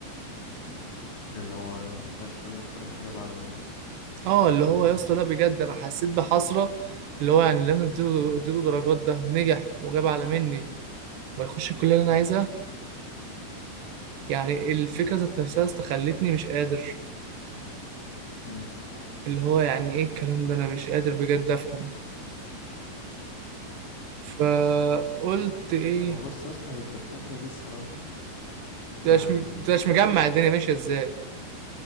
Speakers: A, on the left; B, on the right.
A: اللي هو غش منك في الآخر جاب على منك
B: اه اللي هو يا اسطى لا بجد انا حسيت بحسره اللي هو يعني اللي انا اديته اديته درجات ده نجح وجاب على مني ويخش الكليه
A: نعم
B: اللي انا عايزها يعني الفكره ذات نفسها يا اسطى خلتني مش قادر
A: مم.
B: اللي هو يعني ايه الكلام ده انا مش قادر بجد افهم فقلت ايه
A: هو بص يا اسطى هي في الفترة دي الصراحة
B: تبقاش
A: يعني
B: تبقاش مجمع الدنيا ماشيه ازاي